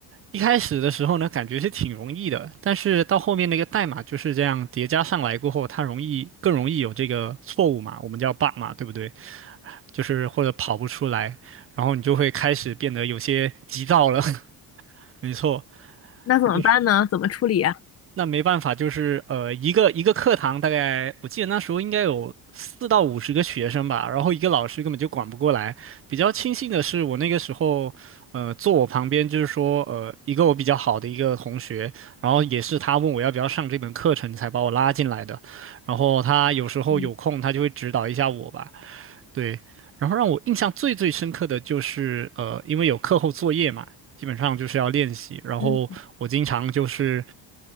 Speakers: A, on the right; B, on the left.
A: 一开始的时候呢，感觉是挺容易的，但是到后面那个代码就是这样叠加上来过后，它容易更容易有这个错误嘛，我们叫 bug 嘛，对不对？就是或者跑不出来，然后你就会开始变得有些急躁了。<laughs> 没错，
B: 那怎么办呢？
A: 就是
B: 怎么处理呀？
A: 那没办法，就是呃，一个一个课堂大概我记得那时候应该有四到五十个学生吧，然后一个老师根本就管不过来。比较庆幸的是，我那个时候呃坐我旁边就是说呃一个我比较好的一个同学，然后也是他问我要不要上这门课程才把我拉进来的，然后他有时候有空他就会指导一下我吧。
B: 嗯
A: 对，然后让我印象最最深刻的就是，呃，因为有课后作业嘛，基本上就是要练习。然后我经常就是
B: 嗯，